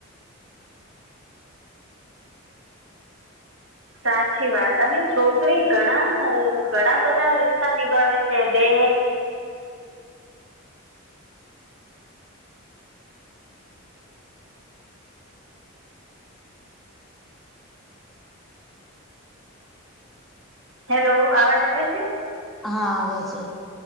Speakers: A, on the right; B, in the centre.
A: સાચી વાત અને છોકરી ઘણા ઘણા બધા રિશ્તા નિભાવે છે બે હેલો અવાજ આવે છે
B: હા આવે છે